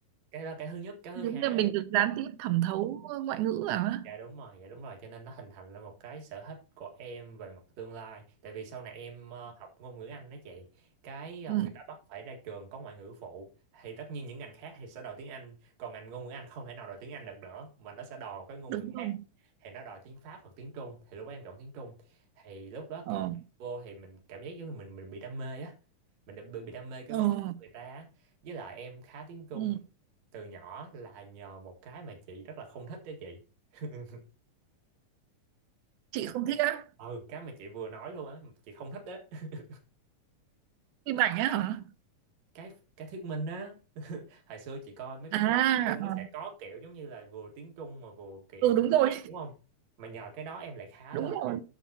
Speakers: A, on the right; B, on the right.
A: cái đó là cái thứ nhất cái thứ
B: Đúng
A: hai
B: là mình được gián tiếp thẩm thấu ờ, ngoại ngữ à?
A: Dạ đúng rồi, dạ đúng rồi, cho nên nó hình thành lên một cái sở thích của em về mặt tương lai. Tại vì sau này em ờ, học ngôn ngữ Anh đó chị, cái ờ,
B: Ừ,
A: người ta bắt phải ra trường có ngoại ngữ phụ thì tất nhiên những ngành khác thì sẽ đòi tiếng Anh, còn ngành ngôn ngữ Anh không thể nào đòi tiếng Anh được nữa mà nó sẽ đòi một cái ngôn
B: đúng
A: ngữ
B: rồi.
A: khác. Thì nó đòi tiếng Pháp hoặc tiếng Trung, thì lúc đó em chọn tiếng Trung. Thì lúc đó
B: Ờ,
A: càng học vô thì mình cảm giác giống như mình mình bị đam mê á. Mình đã bị, bị đam mê cái
B: ờ,
A: văn hóa người ta á. Với lại em khá tiếng Trung
B: ừ.
A: từ nhỏ là nhờ một cái mà chị rất là không thích đó chị. <laughs>
B: Chị
A: cái
B: không thích á,
A: mà- ừ cái mà chị vừa nói luôn á chị không thích đấy <laughs>
B: phim ảnh á hả?
A: cái cái thuyết minh á hồi xưa chị coi mấy cái
B: À,
A: phim tiếng Trung
B: ờ.
A: nó sẽ có kiểu giống như là vừa tiếng Trung mà vừa kiểu
B: ừ đúng
A: tiếng
B: rồi,
A: Việt đúng không mà nhờ cái đó em lại khá
B: đúng
A: lên
B: rồi.